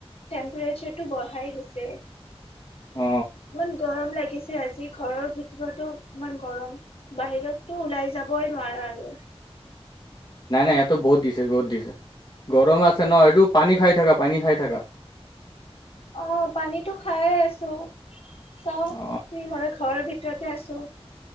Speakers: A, on the left; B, on the left.
A: টেম্পাৰেচাৰটো বঢ়াই দিছে
B: অ
A: ইমান গৰম লাগি দিছে আজি ঘৰৰ ভিতৰতো ইমান গৰম বাহিৰতো ওলাই যাবই নোৱাৰে আৰু
B: নাই নাই ইয়াতো বহুত দিছে বহুত দিছে গৰম আছে ন এইটো পানী খাই থাকা পানী খাই থাকা
A: অ পানীতো খাইে আছো চাউ
B: অ
A: কি হয় ঘৰৰ ভিতৰতে আছোঁ